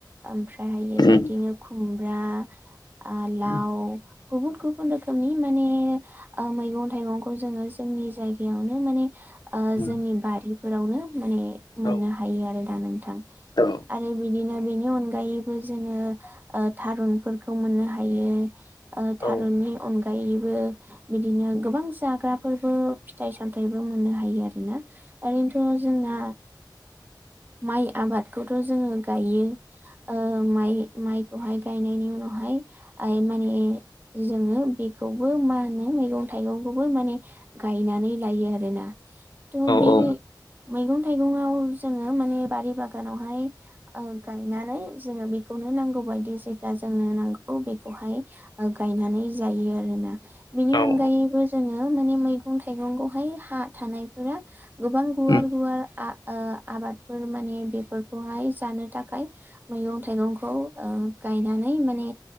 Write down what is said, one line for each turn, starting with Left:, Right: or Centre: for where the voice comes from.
Right: ओमफ्रायहायो
Left: उम
Right: बिदिनो खुमब्रा ओ लाव
Left: उम
Right: गुबुन गुबुन रोखोमनि माने ओ मैगं थाइगंखौ जोङो जोंनि जायगायावनो माने ओ
Left: औ
Right: जोंनि बारिफोरावनो माने मोननो
Left: औ
Right: हायो आरो दा नोंथां
Left: औ
Right: आरो बिदिनो बेनि अन गायैबो जोङो ओ थारुनफोरखौ मोननो हायो ओ
Left: उम औ
Right: थारुननि
Left: नोंथां औ
Right: अनगायैबो बिदिनो गोबां जाग्राफोरबो फिथाइ सामथायाइबो मोननो हायो आरोना ओरैनोथ' जोंना माइ आबादखौथ' जोङो गायो ओ माइ माइखौहाय गायनायनि उनावहाय आइ माने जोङो बेखौबो मा होनो मैगं थाइगंखौबो माने गायनानै लायो आरोना थ' बे
Left: उम
Right: मैगं थाइगंआव जोङो माने बारि बागानावहाय औ गायनानै जोङो बेखौनो नांगौबायायदि जेब्ला जोंनो नांगौ बेखौहाय गायनानै जायो आरोना बेनि
Left: औ
Right: अनगायैबो
Left: औ
Right: जोङो माने मैगं थाइगंखौहाय हा थानाय मोनो गोबां
Left: औ
Right: गुवार गुवार आ ओ आबादफोर माने बेफोरखौहाय जानो थाखाय मैगं थाइगंखौ ओ गायनानै माने